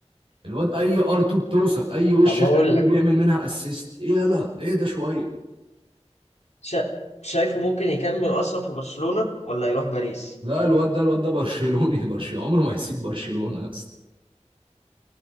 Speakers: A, on the right; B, on the left.
A: الواد اي ار 2 بتوصل اي وش
B: طب
A: خارجي
B: هقول لك
A: بيعمل منها اسيست ايه يلا اهدى شويه
B: شا... شايفه ممكن يكمل اصلا في برشلونة ولا يروح باريس
A: لا الواد ده الواد ده برشلوني <laughs> برشلوني عمره ما هيسيب برشلونه يا اسطى